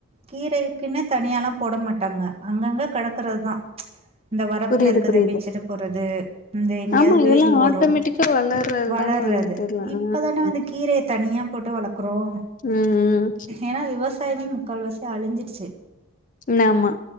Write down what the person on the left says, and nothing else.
புரியுது
புரியுது
ஆமா இதெல்லா
ஆட்டோமேட்டிக்கா வளர்றது
தானே வந்துட்டு எல்லா
ம்
ம்
ம். ஆமா